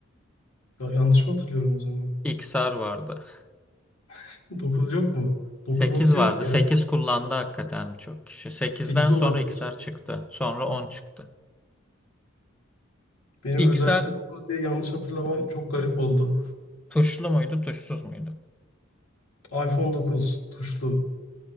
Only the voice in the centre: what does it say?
XR vardı.
8
vardı.
8 kullandı hakikaten birçok kişi. 8'den
sonra
XR çıktı. Sonra 10 çıktı.
XR
evet,
tuşlu muydu, tuşsuz muydu?